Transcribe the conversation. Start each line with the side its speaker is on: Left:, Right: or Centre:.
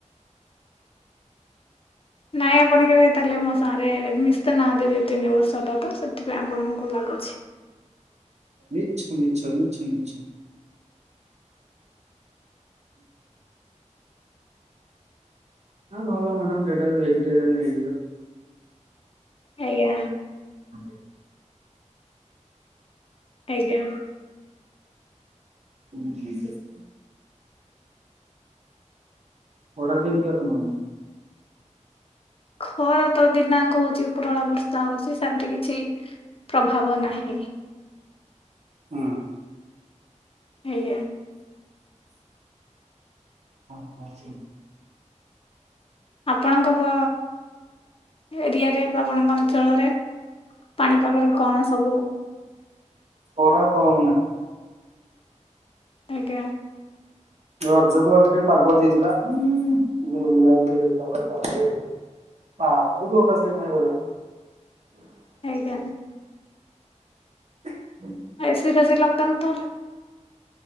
Left: ନାଇ ଆପଣ କେବେ ତାହେଲେ ମୋ ସାଙ୍ଗରେ ମିଶ ନାହାଁନ୍ତି ଦୁଇ ତିନି ବର୍ଷ ହେଲା ତ ସେଥିପାଇଁ ଆପଣଙ୍କୁ ଲାଗୁଛି।
Right: ମିଛ ମିଛ ମିଛ ମିଛ। ହ ଘରେ ମାଡାମ ଟୋଟାଲ ଭେଜିଟେରିଆନ
Left: ଆଜ୍ଞା
Right: <unintelligible> <unintelligible>
Left: ଆଜ୍ଞା।
Right: <inaudible> ଖରା କେମିତି ଆପଣଙ୍କର।
Left: ଖରା ତ ଦିନ ଯାକ ହଉଛି ଉପରଳା ବର୍ଷା ହଉଛି ସେମତି କିଛି <unintelligible>
Right: ହୁଁ।
Left: ଆଜ୍ଞା।
Right: ହଁ ହଁ।
Left: ଆପଣଙ୍କ ବ ଅ ଏରିଆରେ ବା ଆପଣଙ୍କ ଅଞ୍ଚଳରେ ପାଣିପାଗର କଣ ସବୁ
Right: ଖରା ତ ହଉନାହିଁ।
Left: ଆଜ୍ଞା।
Right: ରଜ ପରି ଟିକେ ପାଗ ଦେଇଥିଲା ବୁଲାବୁଲି ଟିକେ କରିବୁ। ହଁ <unintelligible>
Left: ଆଜ୍ଞା।
Right: <inaudible>
Left: ସେଇଟା ସେ ଲକ୍ ଡାଉନ୍ ତ